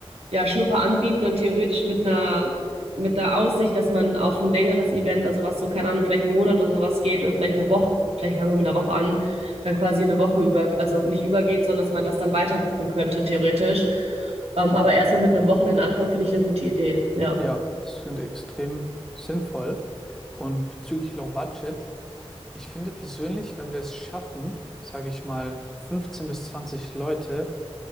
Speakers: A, on the right; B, in the centre.
A: ja, Schnupper anbieten und theoretisch mit einer, mit der Aussicht, dass man auf ein längeres Event, also was so, keine Ahnung, vielleicht einen Monat oder sowas geht oder vielleicht eine Woche, vielleicht fangen wir mit einer Woche an, dann quasi eine Woche über, also nicht übergeht, sondern dass man das dann weiter buchen könnte, theoretisch. Ähm, aber erstmal mit einem Wochenendanfang finde ich eine gute Idee. Ja,
B: Ja, das klingt extrem sinnvoll. Und bezüglich Low Budget, ich finde persönlich, wenn wir es schaffen, sage ich mal, 15 bis 20 Leute